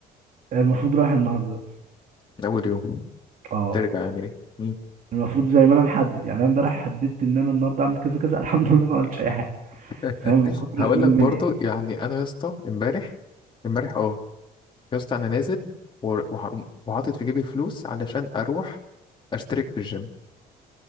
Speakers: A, on the right; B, on the left.
A: المفروض رايح النهارده
B: من اول يوم
A: اه
B: ترجع يعني ليه مم.
A: المفروض زي ما انا محدد يعني انا امبارح حددت ان انا النهارده اعمل كذا كذا <laughs> الحمد لله ما عملتش اي حاجه
B: <laughs>
A: فاهم من كتر
B: هقول
A: من
B: لك برضو
A: من ايه
B: يعني انا يا اسطى امبارح امبارح اه يا اسطى انا نازل ور- وح- وحاطط في جيبي فلوس علشان اروح اشترك في الجيم